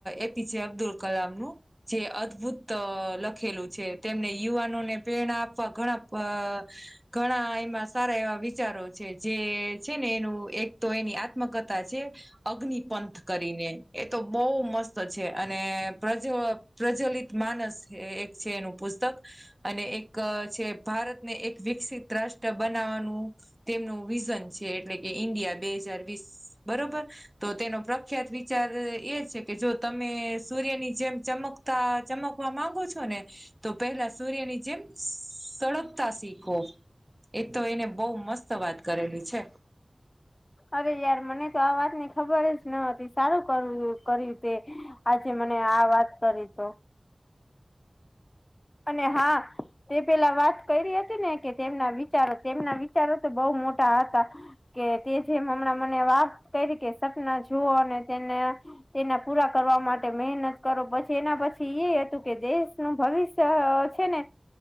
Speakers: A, on the right; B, on the left.
A: એપીજે અબ્દુલકલામ નું, જે અદભુત લખેલું છે, તેમને યુવાનોને પેણા આપવા ઘણા પ ઘણા એમાં સારા એવા વિચારો છે, જે છે, ને એનું એકતો એની આત્મકથા છે. અગ્નિ પંથ કરીને એતો બહુ મસ્ત છે, અને પ્રજવ પ્રજ્વલિત માનસ એક છે, એનું પુસ્તક અને એક છે, ભારતને એક વિકસિત રાષ્ટ્ર બનાવવાનું. તેમનું વિઝન છે, એટલે કે ઈન્ડિયા બેહજારવીસ બરોબર. તો તેનો પ્રખ્યાત વિચારએ છે, કેજો તમે સૂર્યની જેમ ચમક. ચમકવા માંગો છો, નેતો પહેલા. સૂર્યની જેમ સડગતા શીખો, એતો એને બહુ મસ્ત વાત કરેલી છે,
B: અરે યાર મને તો આ વાતને ખબર જન હતી, સારું કર કર્યું તે. આજે મને આ વાત કરીતો, અને હા, તે પેલા વાત કરી હતી નેકે તેમના વિચારો તેમના વિચારો તો બહુ મોટા હતા. કેતે જેમ હમણાં મને વાત કરીકે સપના જુઓ અને તેને. તેના પૂરા કરવા માટે મહેનત કરો પછી એના પછી એ હતું કે દેશનું ભવિષ્ય. છે, ને